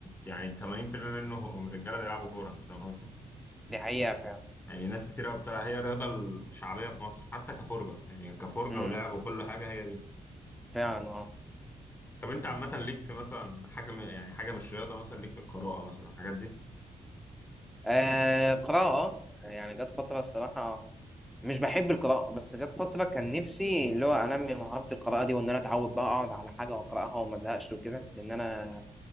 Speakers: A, on the left (about 15°); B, in the centre.
A: يعني 80% منه هم رجالة بيلعبوا كورة انت فاهم قصدي
B: دي حقيقه فعلا
A: يعني ناس كتير قوي بتاع هي الرياضة الشعبية في مصر حتى كفرجة يعني كفرجة
B: امم
A: ولعب وكل حاجة هي دي
B: فعلا اه
A: طب انت عامة ليك في مثلا حاجة م- يعني حاجة مش رياضة مثلا ليك في القراءة مثلا الحاجات دي
B: آه، قراءه آه، يعني جت فتره الصراحه مش بحب القراءة بس جت فترة كان نفسي اللي هو أنمي مهارة القراءة دي وإن أنا أتعود بقى أقعد على حاجة وأقرأها وما أزهقش وكده لأن أنا